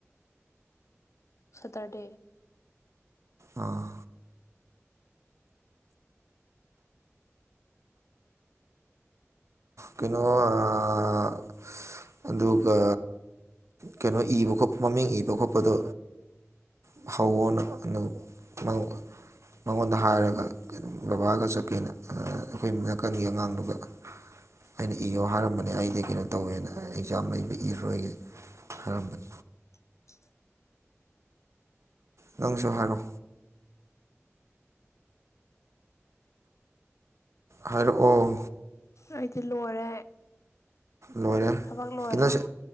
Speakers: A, on the left; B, on the right.
A: ꯁꯇ꯭ꯔꯗꯦ
B: ꯑꯥ ꯀꯩꯅꯣ ꯑꯥ ꯑꯗꯨꯒ ꯀꯩꯅꯣ ꯏꯕ ꯈꯣꯠꯄ ꯃꯃꯤꯡ ꯏꯕ ꯈꯣꯠꯄꯗꯣ <unintelligible> ꯃꯉꯣꯟꯗ ꯍꯥꯏꯔꯒ ꯕꯕꯥꯒ ꯆꯠꯀꯦꯅ ꯑꯥ ꯑꯈꯣꯏ ꯅꯥꯀꯟꯒꯤ ꯑꯉꯥꯡꯗꯨꯒ
A: <inaudible>
B: ꯑꯩꯅ ꯏꯌꯣ ꯍꯥꯏꯔꯝꯕꯅꯦ ꯑꯩꯗꯤ ꯀꯩꯅꯣ ꯇꯧꯋꯦꯅ ꯑꯦꯛꯖꯥꯝ ꯂꯩꯕ ꯏꯔꯔꯣꯏꯒꯦ
A: <inaudible>
B: ꯍꯥꯏꯔꯝꯕꯅꯤ ꯅꯪꯁꯨ ꯍꯥꯏꯔꯣ ꯍꯥꯏꯔꯛꯑꯣ
A: ꯑꯩꯗꯤ ꯂꯣꯏꯔꯦ
B: ꯂꯣꯏꯔꯦ
A: ꯊꯕꯛ ꯂꯣꯏꯔꯦ
B: ꯈꯤꯇꯁꯦ